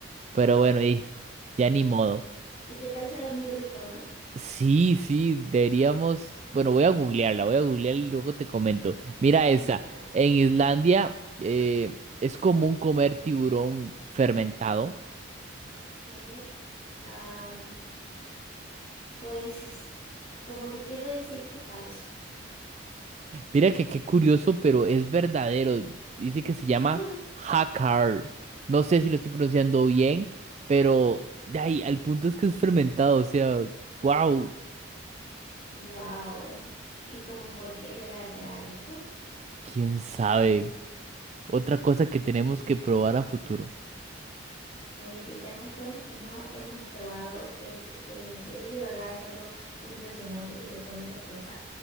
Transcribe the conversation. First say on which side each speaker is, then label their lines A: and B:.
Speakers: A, on the right; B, on the left.
A: Pero bueno, y ya ni modo.
B: ¿Y qué tal sabe muy rico, no?
A: Sí, sí, deberíamos. Bueno, voy a googlearla, voy a googlear y luego te comento. Mira esa.
B: Ya
A: En Islandia eh, es común comer tiburón fermentado.
B: que, am, pues es- como que quiero decir que falso.
A: Mira que qué curioso, pero es verdadero. Dice que se llama
B: <laughs>
A: Hakar. No sé si lo estoy pronunciando bien, pero de ahí, al punto es que es fermentado, o sea, wow,
B: Wow. ¿Y como por qué será? ¿Será rico?
A: quién sabe. Otra cosa que tenemos que probar a futuro.
B: Oye, sí, tantas cosas que no hemos probado, es, eh, es de verdad, es algo impresionante si te pones a pensar.